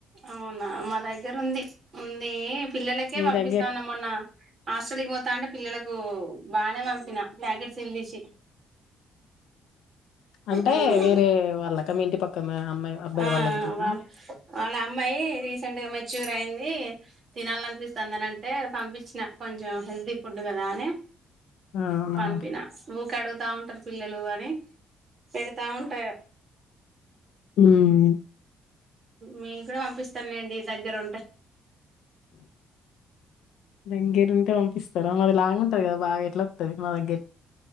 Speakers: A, on the right (about 50°); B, on the left (about 85°).
A: అవునా మా దగ్గర ఉంది ఉంది పిల్లలకే
B: మీ
A: పంపిస్తాన్నా
B: దగ్గర
A: మొన్న హాస్టల్కి పోతా అంటే పిల్లలకు బానే పంపిన ప్యాకెట్స్ తినిపించి
B: అంటే
A: మ్మ్
B: వేరే వాళ్ళకి క మి ఇంటి పక్క అమ్మాయి అబ్బాయి
A: ఆ
B: గిట్లనా
A: వాళ్ళ వాళ్ళ అమ్మాయి రి సెంట్ గా మెచ్యూర్ అయింది తినాల అనిపిస్తుందని అంటే పంపించిన కొంచెం హెల్తీ ఫుడ్ కదా అని
B: అవునా
A: పంపినా కడుగుతా ఉంటారు పిల్లలు అని పెడతా ఉంట
B: ఉమ్
A: మీ కూడా పంపిస్తానులేండి దగ్గర ఉంటే
B: ఇంకేం పంపిస్తారా మరి లాంగ్ ఉంటది కదా బాగా ఎట్లా తది మాదగ్గరి